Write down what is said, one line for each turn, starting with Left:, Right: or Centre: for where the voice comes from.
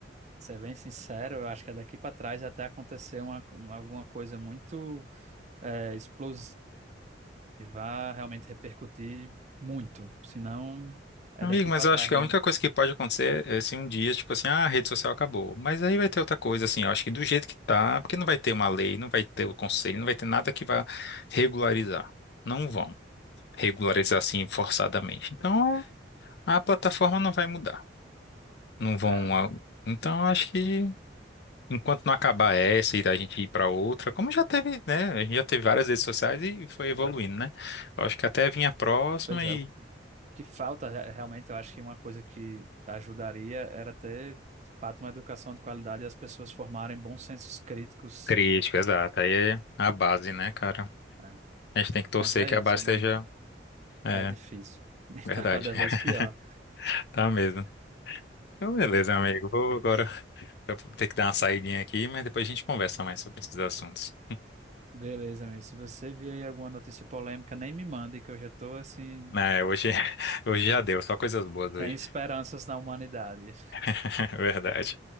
Right: Ser bem sincero, eu acho que é daqui para trás até acontecer uma, um- alguma coisa muito eh, explosiva, vai realmente repercutir muito. Senão, é
Left: Amigo,
Right: daqui
Left: mas
Right: para
Left: eu
Right: trás
Left: acho que
Right: mesmo.
Left: a única coisa que pode acontecer é se um dia, tipo assim, ah, a rede social acabou. Mas aí vai ter outra coisa, assim, eu acho que do jeito que tá, porque não vai ter uma lei, não vai ter o conselho, não vai ter nada que vá regularizar. Não vão regularizar assim forçadamente. Então, a plataforma não vai mudar. Não vão.
Right: É,
Left: a- Então, eu acho que enquanto não acabar essa e a gente ir para outra, como já teve, né? A gente já teve várias redes sociais e foi evoluindo, né? Eu acho que até vinha a próxima
Right: pois é,
Left: e.
Right: o que falta re- realmente, eu acho que uma coisa que ajudaria era ter, de fato, uma educação de qualidade e as pessoas formarem bons sensos críticos.
Left: Crítico, exato. Aí é a base, né, cara?
Right: É,
Left: A gente tem que torcer
Right: Mas é
Left: que
Right: isso,
Left: a base
Right: amigo.
Left: esteja. É,
Right: É difícil. <laughs> Está
Left: verdade.
Right: cada
Left: <laughs>
Right: vez pior.
Left: Tá mesmo. Então, beleza, amigo. Vou agora <laughs> ter que dar uma saidinha aqui, mas depois a gente conversa mais sobre esses assuntos.
Right: Beleza, amigo. Se você vir aí alguma notícia polêmica, nem me mande, que eu já tô assim,
Left: Né, hoje, <laughs> hoje já deu, só coisas boas
Right: sem
Left: hoje.
Right: esperanças na humanidade.
Left: <laughs> Verdade.